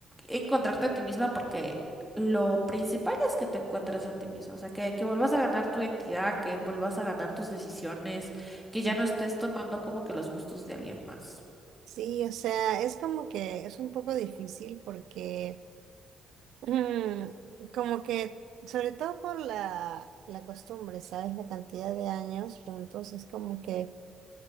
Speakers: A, in the centre; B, on the right.
A: encontrarte a ti misma porque lo principal es que te encuentres a ti misma, o sea, que, que vuelvas a ganar tu identidad, que vuelvas a ganar tus decisiones, que ya
B: ujú.
A: no estés tomando como que los gustos de alguien más.
B: Sí, o sea, es como que es un poco difícil porque mm, como que, sobre todo por la, la costumbre, ¿sabes? La cantidad de años juntos, es como que